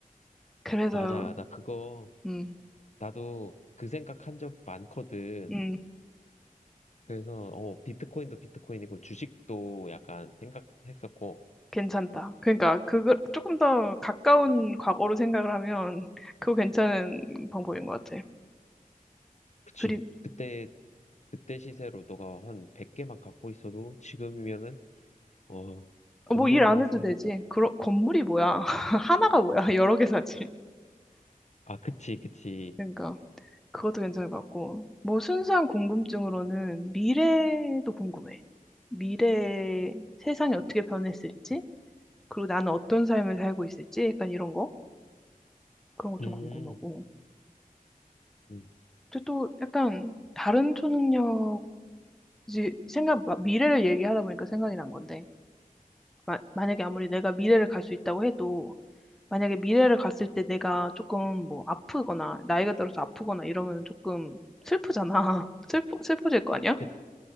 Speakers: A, in the centre; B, on the left.
A: 그래서
B: 맞아. 나 그거,
A: 음.
B: 나도 그 생각한 적 많거든.
A: 음.
B: 그래서, 어, 비트코인도 비트코인이고, 주식도 약간 생각했었고,
A: 괜찮다. 그러니까 그거 조금 더 가까운 과거로 생각을 하면 그거 괜찮은 방법인 것 같아.
B: 그치.
A: 그리
B: 그때 그때 시세로 너가 한 100개만 갖고 있어도 지금이면은 어 건물
A: 어, 뭐일 안
B: 하나
A: 해도
B: 사야겠다.
A: 되지. 그런 건물이 뭐야? <laughs> 하나가 뭐야? 여러 개 사지.
B: 아 그치 그치.
A: 그러니까 그것도 괜찮을 것 같고. 뭐 순수한 궁금증으로는 미래도 궁금해. 미래 세상이 어떻게 변했을지, 그리고 나는 어떤 삶을 살고 있을지, 약간 이런 거 그런 거
B: 음,
A: 좀 궁금하고.
B: 음.
A: 근데 또 약간 다른 초능력 이제 생각, 막 미래를 얘기하다 보니까 생각이 난 건데, 마, 만약에 아무리 내가 미래를 갈 수 있다고 해도, 만약에 미래를 갔을 때 내가 조금 뭐 아프거나, 나이가 들어서 아프거나 이러면 조금 슬프잖아. <laughs> 슬프, 슬퍼질 거 아니야?
B: 그